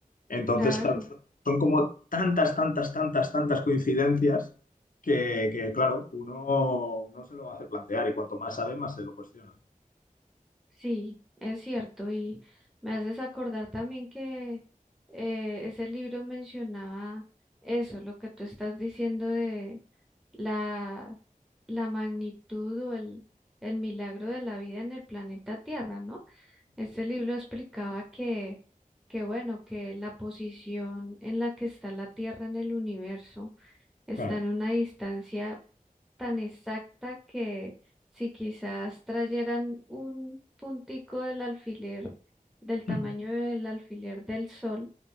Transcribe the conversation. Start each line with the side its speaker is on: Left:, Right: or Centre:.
Left: Entonces,
Centre: Claro.
Left: claro, son son como tantas, tantas, tantas, tantas coincidencias que, que, claro, uno no se lo hace plantear y cuanto más sabe, más se lo cuestiona.
Centre: Sí, es cierto, y me haces acordar también que eh, ese libro mencionaba eso, lo que tú estás diciendo de la, la magnitud o el, el milagro de la vida en el planeta Tierra, ¿no? Este libro explicaba que, que, bueno, que la posición en la que está la Tierra en el universo está
Left: Claro.
Centre: en una distancia tan exacta que si quizás trayeran un puntico del alfiler, del tamaño
Left: Ujú.
Centre: del alfiler del sol